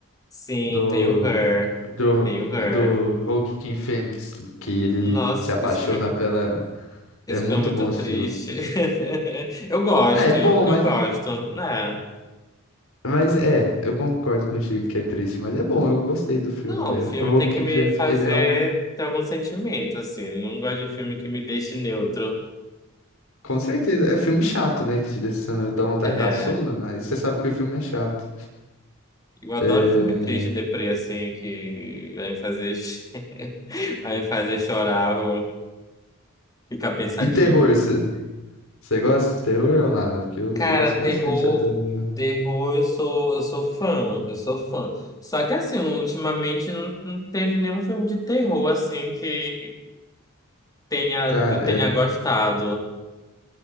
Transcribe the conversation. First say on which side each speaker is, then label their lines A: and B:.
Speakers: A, on the left (about 15°); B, on the left (about 70°).
A: Sim,
B: do...
A: tem o Her.
B: Do,
A: Tem o Her.
B: do Joaquin Phoenix, que ele
A: Nossa,
B: se apaixona
A: esse filme,
B: pela.
A: esse
B: É muito
A: filme é muito
B: bom esse
A: triste.
B: filme.
A: <laughs> Eu gosto,
B: Ah, é bom,
A: eu,
B: mas,
A: eu gosto, né?
B: mas é, eu concordo contigo que é triste, mas é bom, eu gostei do filme,
A: Não,
B: velho.
A: o filme
B: O Joaquin
A: tem que me
B: Phoenix,
A: fazer
B: ele é um,
A: ter algum sentimento, assim. Eu Não gosto de filme que me deixe neutro.
B: com certeza, é um filme chato, né, que te deixa, dá vontade
A: É,
B: de dar sono, aí você sabe que o filme é chato.
A: eu adoro
B: É...
A: filme triste, deprê, assim, que vai me fazer, <laughs> vai me fazer chorar, vou ficar pensativo.
B: E terror, você você gosta de terror ou nada? Porque eu,
A: Cara,
B: eu gosto
A: terror,
B: bastante até, viu?
A: terror, eu sou, eu sou fã, eu sou fã. Só que assim, ultimamente não, não teve nenhum filme de terror assim que tenha,
B: Cara,
A: que eu
B: é,
A: tenha gostado.